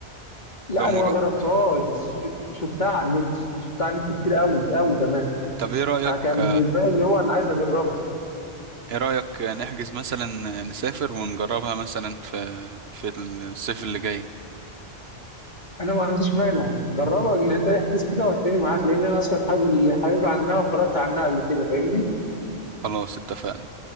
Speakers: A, on the left; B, on the right.
A: لا
B: لو
A: انا
B: مج...
A: ما جربتهاش بس ش- شفتها على النت شفتها على النت كتير قوي قوي كمان
B: طب ايه رأيك
A: فكان بالنسبه لي اللي هو انا عايز اجربها
B: ايه رأيك نحجز مثلا نسافر ونجربها مثلا في في الصيف اللي جاي
A: انا ما عنديش مانع جربها يعني انت احجز كده وهتلاقيني معاك لان انا اصلا حابب حابب عنها وقرات عنها قبل كده فاهمني
B: خلاص اتفقنا